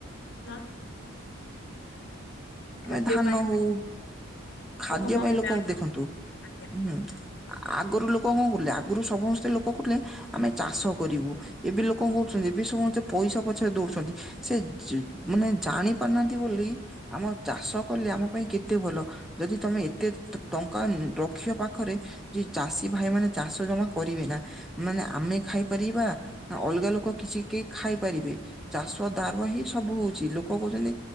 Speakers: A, on the left; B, in the centre.
A: ନା
B: ଆମେ
A: ଖାଦ୍ୟ
B: ଧାନ
A: ପାଇଁ
B: ହଉ ଖାଦ୍ୟ
A: ଗହମ
B: ପାଇଁ
A: ହେଲା
B: ଲୋକ ଦେଖନ୍ତୁୁ
A: ଆଜ୍ଞା।
B: ହୁଁ ଆଗରୁ ଲୋକ କଣ କରୁଥିଲେ ଆଗରୁ ସମସ୍ତେ ଲୋକ କଥିଲେ ଆମେ ଚାଷ କରିବୁ ଏବେ ଲୋକ କରୁଛନ୍ତି ଏବେ ସମସ୍ତେ ପଇସା ପଛରେ ଦୌଡୁଛନ୍ତି। ସେ ଯେ ମାନେ ଜାଣି ପାରୁନାହାନ୍ତି ବୋଲି ଆମ ଚାଷ କଲେ ଆମ ପାଇଁ କେତେ ଭଲ, ଯଦି ତମେ ଏତେ ଟଙ୍କା ରଖିବ ପାଖରେ ଯେ ଚାଷୀ ଭାଇ ମାନେ ଚାଷ ଜମା କରିବେ ନା ମାନେ ଆମେ ଖାଇପାରିବା ନା ଅଲଗା ଲୋକ କିଛି କେହି ଖାଇପାରିବେ। ଚାଷ ଦ୍ୱାରା ହିଁ ସବୁ ହଉଛି ଲୋକ କହୁଛନ୍ତି